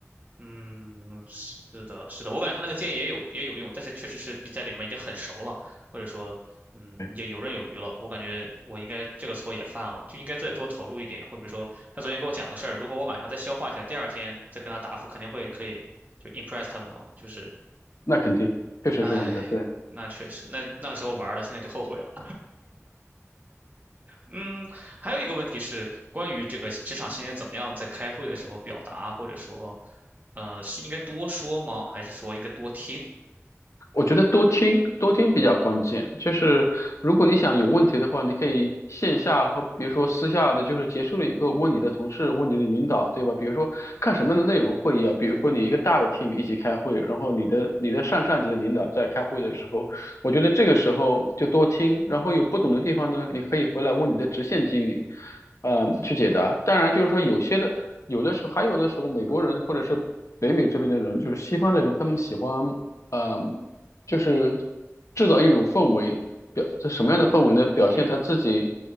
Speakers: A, on the right; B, on the left.
A: 嗯，是的，是的，我感觉他那个建议也有也有用，但是确实是你在里面已经很熟了，或者说，嗯，
B: 对
A: 你就游刃有余了。我感觉我应该这个错也犯了，就应该再多投入一点。或者说，他昨天跟我讲个事儿，如果我晚上再消化一下，第二天再跟他答复，肯定会可以就 impress 他们嘛。就是，
B: 那肯定，确实这样子的，
A: 唉，
B: 对。
A: 那确实，那那个时候玩了，现在就后悔了。嗯，还有一个问题是关于这个职场新人怎么样在开会的时候表达，或者说，呃，是应该多说吗？还是说应该多听？
B: 我觉得多听多听比较关键，就是如果你想有问题的话，你可以线下和比如说私下的，就是结束了以后问你的同事，问你的领导，对吧？比如说看什么样的内容会议啊，比如说你一个大的 team 一起开会，然后你的你的上上级的领导在开会的时候，我觉得这个时候就多听，然后有不懂的地方呢，你可以回来问你的直线经理，呃，去解答。当然就是说有些的，有的时候还有的时候美国人或者是北美这边的人，就是西方的人，他们喜欢。呃。就是制造一种氛围，表这什么样的氛围呢？表现他自己，
A: 嗯，